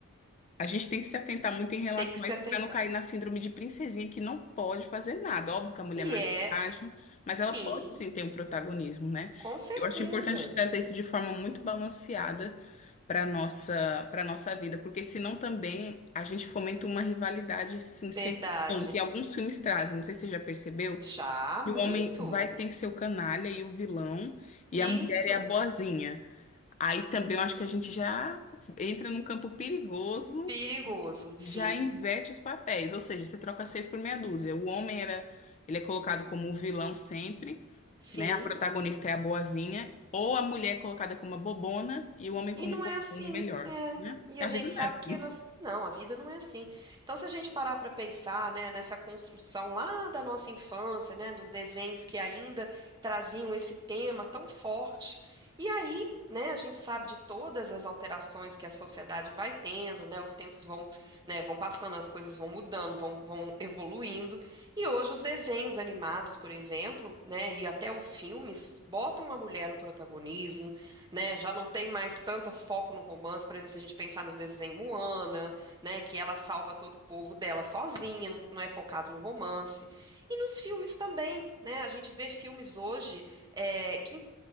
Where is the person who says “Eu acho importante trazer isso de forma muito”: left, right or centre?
Left